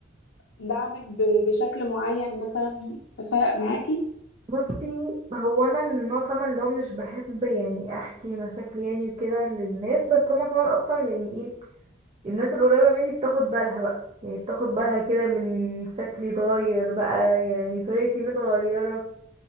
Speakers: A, on the left; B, on the right.
A: دعمك ب- بشكل معين مثلا ففرق معاكي
B: بصي هو انا من النوع طبعا اللي هو مش بحب يعني احكي مشاكلي يعني وكده للناس بس هما طبعا اصلا يعني ايه الناس القريبة مني بتاخد بالها بقى يعني بتاخد بالها كده من شكلي اتغير بقى يعني طريقتي متغيرة